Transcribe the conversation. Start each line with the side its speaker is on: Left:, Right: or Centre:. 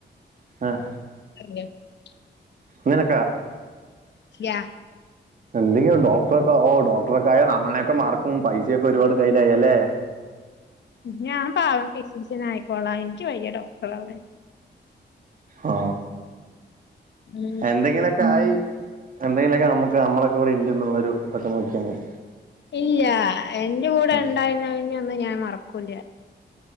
Right: ആഹ
Left: <unintelligible>
Right: നിനക്ക
Left: യാ
Right: ന്തെയ്യ ഡോക്ടറൊക്കെ ഓ ഡോക്ടറൊ ക്കായ നമ്മളയൊക്കെ മറക്കും പൈസയൊക്കെ ഒരുപാട് കയ്യിലായല്ലേ
Left: ഞാൻ പാവം ഫിസീഷനായ്ക്കോളാ എനിക്ക് വയ്യ ഡോക്ടറാവാൻ.
Right: ആ
Left: ഉം
Right: എന്തെങ്കിലൊക്കൊയി എന്തെങ്കിലൊക്കെ നമ്മുക്ക് നമ്മളൊക്കെ ഇവിടെ ഇണ്ട്ന്നുള്ളൊരു ഇതൊക്കെ നോക്കിയാ മതി
Left: ഇല്ല്യ എന്റെ കൂടെ
Right: ഉം
Left: ഇണ്ടായിര്ന്നങ്ന്യൊന്നും ഞാൻ മറക്കൂല്യ